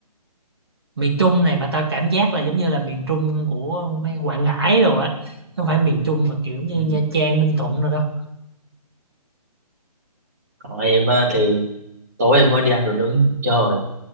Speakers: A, on the right; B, on the right.
A: miền Trung này mà tao cảm giác là giống như là miền Trung của mấy Quảng Ngãi rồi á. Không phải miền Trung mà kiểu như
B: Ừ.
A: Nha Trang, Ninh Thuận rồi đó.
B: còn em á, thì tối em mới đi ăn đồ nướng trời